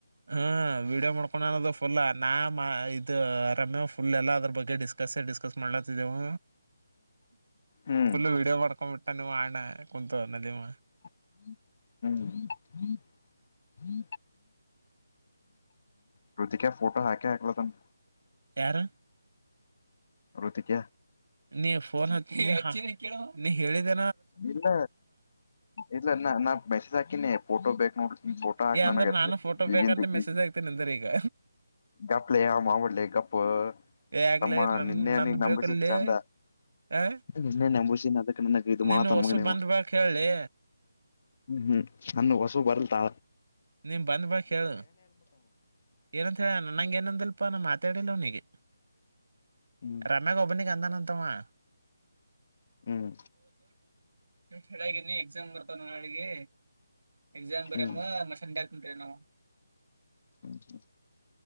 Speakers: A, on the right; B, on the left.
A: ಹ್ಮ್ ವಿಡಿಯೋ ಮಾಡ್ಕೊಂಡು ಅದು ಫುಲ್ ನಾ ಮ ಇದು ರಮ್ಯ ಫುಲ್ ಎಲ್ಲ ಅದ್ರ ಬಗ್ಗೆ ಡಿಸ್ಕಸ್ಸೆ ಡಿಸ್ಕಸ್ ಮಾಡ ಅತಿದೆವು.
B: ಹ್ಮ್
A: ಫುಲ್ ವೀಡಿಯೋ ಮಾಡ್ಕೊ ಬಿಟ್ಟ ನಿಮ್ಮ್ ಅಣ್ಣ ನದಿಮ
B: ಹ್ಮ್್ಮ ಕೃತಿಕ ಫೋಟೋ ಹಾಕೆ ಹಾಕ್ಲ ತನ್
A: ಯಾರು
B: ಕೃತಿಕ
A: ನೀ ಫೋನ್ ಹತ್ತ ನೀ ಹೇಳಿದ
B: ಇಲ್ಲ ಇಲ್ಲ ನಾ ನಾ ಮೆಸೇಜ್ ಹಾಕಿನೆ ಫೋಟೋ ಬೇಕ್ ನೋಡ ಫೋಟೋ ಹಾಕ್
A: ಏ ಅಂದ್ರ
B: ನನಗ
A: ನಾನು ಫೋಟೋ ಬೇಕಂತ
B: ಈಗಂದು
A: ಮೆಸೇಜ್
B: ಈಗ
A: ಆಗ್ತೇನಿ ಅಂದ್ರ ಈಗ
B: ಗಪ್ಲ ಮಾಡ್ಲಿ ಗಪ್ಪ
A: ಯಾಕಲೇ
B: ತಮ್ಮ
A: ನನ್
B: ನಿನ್ನೆ
A: ನಂದು
B: ನೀ ನಂಬಿಸಿ
A: ಬೇಕಲ್ಲೇ
B: ಚಂದ
A: ಆ
B: ನಿನ್ನೆ ನೆಂಬುಷಿ ಅದಕ್ಕೆ ನನ್ನಗೆ ಇದು
A: ನೀನು
B: ಮಾಡತ
A: ಹೊಸು
B: ನಮಗೆ
A: ಬಂದ್
B: ಹ್ಮ್
A: ಬಾಕ್ ಹೇಳಿ
B: ಹ್ಮ್ ಅಣ್ಣ ಹೊಸು ಬರ್ಲ್ತಾ
A: ನೀನ್ ಬಂದ್ ಬಿಡಕ್ ಹೇಳು ಏನಂತ ಹೇಳ ನಂಗ ಏನಂದಲ್ಲ ಮಾತಾಡಿಲ್ಲ ಅವನಿಗೆ
B: ಹ್ಮ್
A: ರಮ್ಯ ಒಬ್ಬನಿಗ ನನ್ ಅಂತವಾ
B: ಹ್ಮ್
A: ಹೇಳಾಗಿನಿ ಎಕ್ಸಾಮ್ ಬರ್ತವ ನಾಳಿಗೆ ಎಕ್ಸಾಮ್ ಬರಮ್ಮ
B: ಹ್ಮ್
A: ಮ ಇಕ ನವಾ
B: ಹ್ಮ ಹ್ಮ